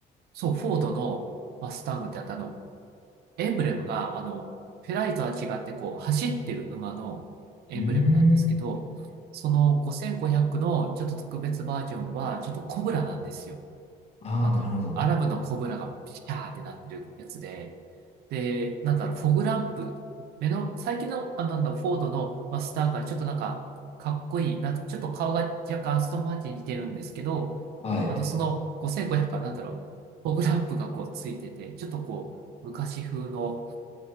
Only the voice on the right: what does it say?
そう、フォードのマスタングってあったあの、エンブレムが、あの、フェラーリとは違って、こう、走ってる馬のエンブレムなんですけど、
その5500のちょっと特別バージョンは、ちょっとコブラなんですよ。
あの、
アラブのコブラがピシャーってなってるやつで、で、なんだろう、フォグランプ、目の、最近の、あ、なんだ、フォードのマスターがちょっとなんか、かっこいい、な、ちょっと顔が若干アストンマーチンに似てるんですけど、
あの、その5500かなんだろう、フォグランプがこうついてて、ちょっとこう、昔風の、